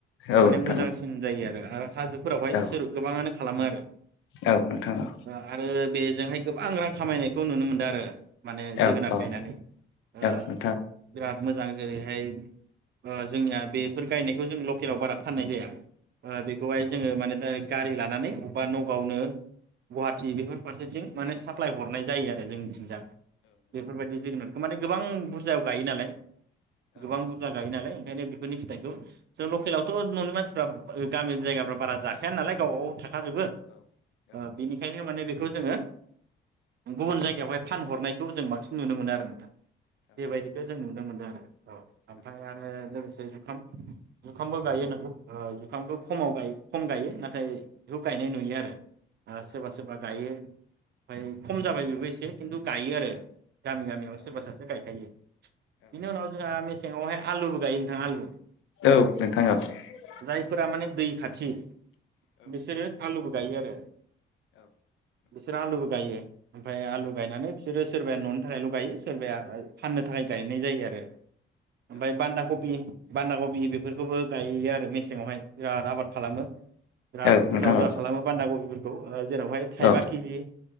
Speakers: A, on the left (about 85°); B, on the right (about 60°).
A: औ
B: माने
A: नोंथां
B: मोजांसिन
A: औ नोंथां
B: जायो आरो। हाजोफोरावहाय
A: औ
B: सोर गोबाङानो खालामो आरो
A: औ नोंथां औ
B: ओ आरो बेजोंहाय गोबां रां खामायनायखौ नुनो मोनदों आरो। माने जोगोनाद
A: औ नोंथां औ नोंथां औ नोंथां औ नोंथां औ नोंथां औ औ
B: गायनानै ओ
A: औ नोंथां औ नोंथां औ नोंथां औ नोंथां औ
B: बिराद मोजां जेरै ओ जोंनिया बेफोर गायनायखौ जों लकेलाव बारा फाननाय जाया। ओ बेखौहाय जोङो माने दायरेख गारि लानानै अबान बावनो गुवाहाटी बेफोर फारसेथिं माने साप्लााय हरनाय जायो आरो जोंनिथिंजा बेफोरबायदि जोगोनारखौ माने गोबां बुरजायाव गायो नालाय गोबां बुरजा गायो नालाय ओंखायनो बेफोरनि फिथाइखौ जों लकेलावथ' न'नि मानसिफ्रा गामिनि जायगा बा जाखाया नालाय। गावबागाव थाखाजोबो। ओ बिनिखायनो माने बेखौ जों ङो गुबुन जायगायावहाय फानहरनायखौ जों बांसि नुनो मोनो आरो नोंथां बेबायदिखौ जों नुनो मोनदों आरो औ ओमफ्राय आरो लोगोसे <unintelligible> जुखामबो गायो नोंगौ जुखामखौ खमाव गायो। खम गायो नाथाय बेखौ गायनाय नुयो आरो ओ सोरबासोबा गायो। ओमफाय खम जाबाय बेबो एसे खिन्थु गायो आरो गामि गामियाव सोरबा सासे गायखायो बिनि उनाव जोंहा सिङावहाय आलुबो गायो नोंथां आलु
A: औ नोंथाङा <unintelligible>
B: जायफोरा माने दै खाथि बेसेोर आलु बथ <unintelligible> गायानो <unintelligible> बिस्रुबो गायोयो <unintelligible> ओमफ्राय आलु गायनानै बिसोरो सोरबाया न'नि थाखायल' गायो सोरबाया <inaudible> फाननो थाखाय गायनाय जायो आरो ओमफ्राय बान्दा कबि बान्दा कबि बेफोरखौबो गयो आरो मेसेंावहाय <inaudible> बिराद आबाद खालामो बिराद
A: औ
B: बुरजा
A: नोंथां
B: बुरजा
A: औ
B: खालामो बान्दा गगिफोरखौ ओ जेरावहाय थाइबा
A: औ
B: केजि